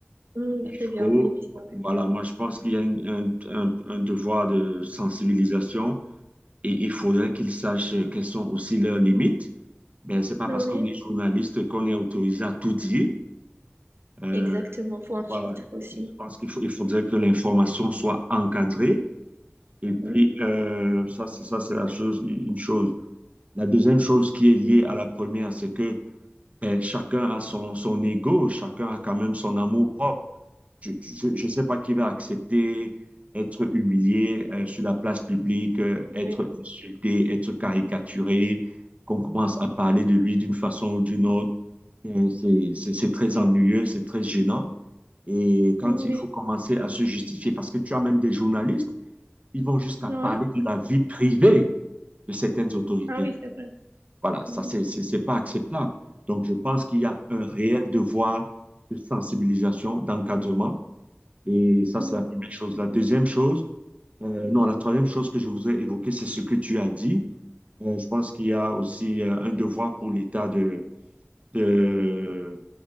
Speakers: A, on the right; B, on the right.
A: Hum,
B: Il
A: très bien,
B: faut,
A: oui, oui.
B: voilà, moi, je pense qu'il y a une- un, un- un devoir de sensibilisation et il faudrait qu'ils sachent euh, quelles sont aussi leurs limites. Ben, c'est pas
A: Oui,
B: parce qu'on est journaliste qu'on est autorisé à tout dire. Euh,
A: Exactement, faut un filtre
B: voilà,
A: aussi.
B: je pense qu'il faut, il faudrait que l'information soit encadrée Et
A: Mhm.
B: puis, euh, ça, c'est- ça, c'est la chose, une chose. La deuxième chose qui est liée à la première, c'est que ben, chacun a son, son ego, chacun a quand même son amour-propre. Je ne sais pas qui va accepter être humilié euh, sur la place publique, euh, être
A: oui,
B: insulté, être caricaturé, qu'on commence à parler de lui d'une façon ou d'une autre. Euh, C'est c'est- c'est très ennuyeux, c'est très gênant. Et quand
A: oui.
B: il faut commencer à se justifier, parce que tu as même des journalistes ils vont jusqu'à
A: Ouais.
B: parler de la vie privée de certaines autorités.
A: Ah oui, c'est vrai.
B: Voilà, ça,
A: Mhm.
B: c'est c'est c'est pas acceptable. Donc, je pense qu'il y a un réel devoir de sensibilisation, d'encadrement. Et ça,
A: Mhm.
B: c'est la première chose. La deuxième chose, euh, non, la troisième chose que je voudrais évoquer, c'est ce que tu as dit. Euh, je pense qu'il y a aussi euh, un devoir pour l'État de, de,